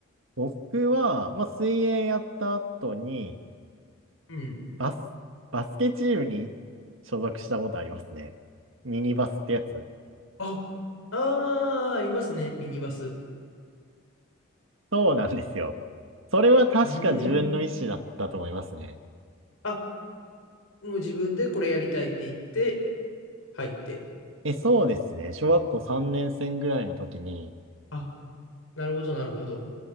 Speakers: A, on the right; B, on the left.
A: 僕は、まあ、水泳やった後に、
B: うん。
A: バス、バスケチームに所属したことありますね。ミニバスってやつ。
B: あ、ああ、ありますね、ミニバス。
A: そうなんですよ。それは確か自分の意思だったと思いますね。
B: うーん。あ、もう自分でこれやりたいって言って入って。
A: え、そうですね。小学校3年生ぐらいの時に、
B: あ、なるほどなるほど。